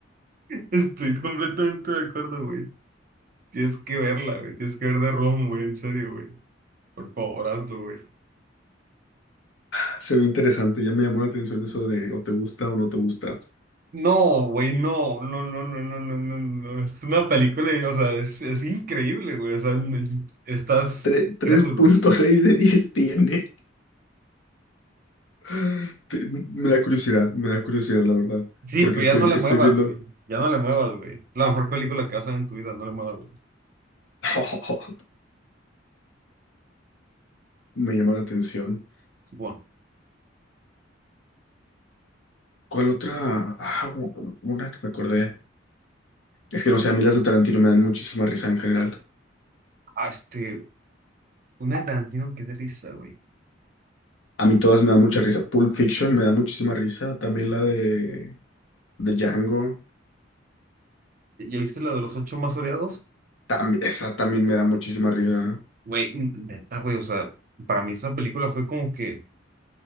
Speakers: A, on the right (about 50°); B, on the left (about 75°).
A: Estoy completamente de acuerdo, güey. Tienes que verla, güey. Tienes que ver de Rom, güey. En serio, güey. Por favor, hazlo, güey.
B: <laughs> Se ve interesante. Ya me llamó la atención eso de o te gusta o no te gusta.
A: No, güey, no, no, no, no, no, no, no, no. Es una película, y, o sea, es, es increíble, güey. O sea, no- estás
B: Tre- tres
A: crédulo,
B: punto
A: güey.
B: seis de 10 tiene. <laughs> Te- Me da curiosidad, me da curiosidad, la verdad.
A: Sí,
B: Porque
A: pero
B: estoy,
A: ya no le
B: estoy
A: muevas,
B: viendo.
A: güey. Ya no le muevas, güey. Es la mejor película que vas a ver en tu vida, no le muevas, güey.
B: <laughs> me llama la atención.
A: Sí, bueno.
B: ¿Cuál otra? Ah, u- una que me acordé. Es que no sé, a mí las de Tarantino me dan muchísima risa en general.
A: Ah, este, una de Tarantino, qué de risa, güey.
B: A mí todas me dan mucha risa. Pulp Fiction me da muchísima risa. También la de, de Django.
A: ¿Ya ya viste la de los ocho más odiados?
B: También, esa también me da muchísima risa.
A: Güey, neta, güey, o sea, para mí esa película fue como que